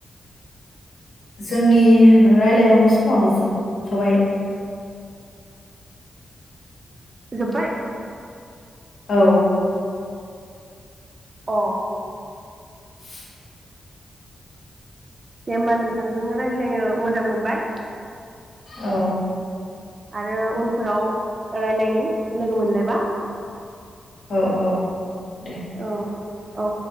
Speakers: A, on the left; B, on the right.
A: जोंनि रायलायनांगौ समाबो जोबथबाय
B: जोब्बाय
A: औ
B: अ
A: <unintelligible>
B: दे होमबा नोंथांजोंनो रायज्लायनो मोजां मोनबाय
A: औ
B: आरो उनफोराव रायलायगोन लोगो मोनलायबा
A: औ औ दे
B: औ औ